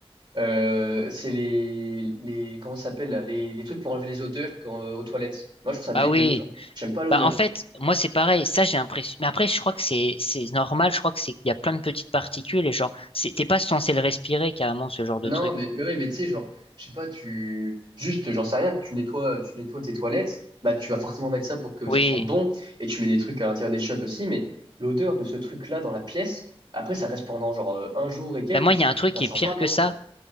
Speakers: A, on the right; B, on the left.
A: Euh, c'est les, les, comment ça s'appelle, là les, les trucs pour enlever les odeurs quand, euh, aux toilettes. Moi, je trouve ça dégueu,
B: Ah oui,
A: genre. J'aime pas l'odeur.
B: bah en fait, moi, c'est pareil, ça, j'ai l'impression. Mais après, je crois que c'est, c'est normal, je crois que c'est qu'il y a plein de petites particules et genre, c'est- t'es pas censé le respirer carrément, ce genre de
A: Non,
B: truc.
A: mais, mais ouais, mais tu sais, genre, je sais pas, tu, juste, j'en sais rien, tu nettoies, tu nettoies tes toilettes, bah, tu vas forcément mettre ça pour que
B: Oui,
A: ça sente bon, et tu mets des trucs à l'intérieur des chiottes aussi, mais l'odeur de ce truc-là dans la pièce, après, ça reste pendant, genre, euh, un jour et quelques,
B: bah moi,
A: et c'est,
B: il y a un truc
A: ça
B: qui
A: sent
B: est pire
A: pas bon,
B: que ça.
A: genre.